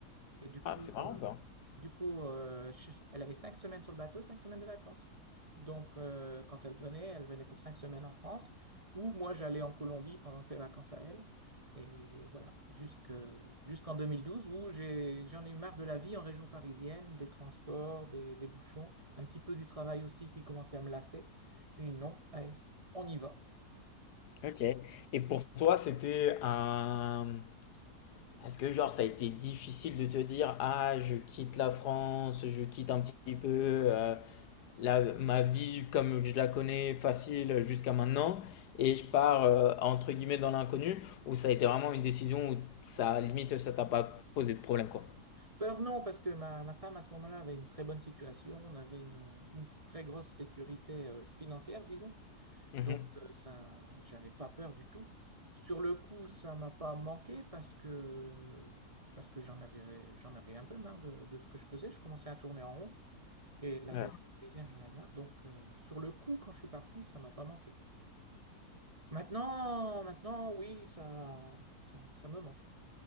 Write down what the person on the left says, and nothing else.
Ah,
c'est marrant
ça.
Ok. Et pour toi, c'était un. Est-ce que genre ça a été difficile de te dire, ah, je quitte la France, je quitte un petit peu. euh, la, ma vie comme je la connais facile jusqu'à maintenant et je pars euh, entre guillemets dans l'inconnu où ça a été vraiment une décision où ça limite ça t'a pas posé de problème quoi.
Mhm.
Ouais,